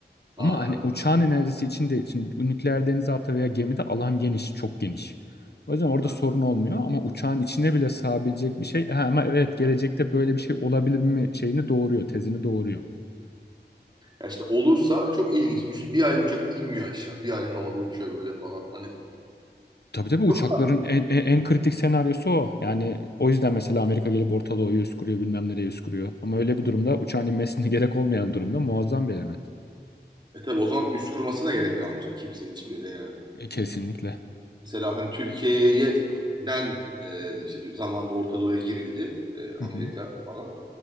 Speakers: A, on the right; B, on the left.
A: anladım.
B: Ama hani uçağın enerjisi için değil. Şimdi nükleer denizaltı veya gemide alan geniş, çok geniş. O yüzden orada
A: Evet.
B: sorun olmuyor ama uçağın içine bile sığabilecek bir şey. Ha, ama evet gelecekte böyle bir şey olabilir mi şeyini doğuruyor, tezini doğuruyor.
A: Ya işte olursa çok ilginç. Düşün bir ay uçak inmiyor aşağı. Bir ay havada uçuyor böyle falan. Hani
B: Tabii tabii uçakların
A: çok
B: en, en, en kritik senaryosu o. Yani o yüzden mesela Amerika gelip Orta Doğu'yu üst kuruyor, bilmem nereye üst kuruyor. Ama öyle bir durumda uçağın inmesine <laughs> gerek olmayan durumda muazzam bir element.
A: E tabi o zaman üst kurmasına gerek kalmayacak kimsenin hiçbir yere yani.
B: E, kesinlikle.
A: Mesela hani Türkiye'den e, işte bir zamanda Orta Doğu'ya girildi. e, Amerika
B: Hı hı.
A: falan.